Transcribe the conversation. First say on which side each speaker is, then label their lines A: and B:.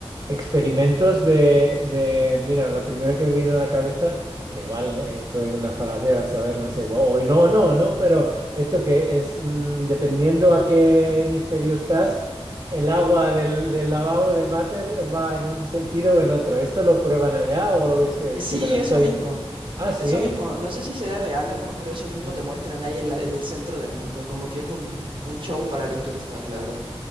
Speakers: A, on the right; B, on the right.
A: Experimentos de, de, mira, lo primero que me viene a la cabeza, que igual ¿no? esto es una falacia, a saber, no sé, guau, o no, no, no, pero esto que es, mm, dependiendo a qué hemisferio estás, el agua del, del lavabo, del váter, va en un sentido o en otro. ¿Esto lo prueban allá o es que,
B: Sí,
A: es que me lo estoy...
B: eso mismo.
A: Ah, sí.
B: Eso mismo. No sé si será real o no, pero eso mismo
A: Yeah.
B: te muestran ahí en, la- en el centro del mundo. Como que es un, un show para los turistas, la verdad.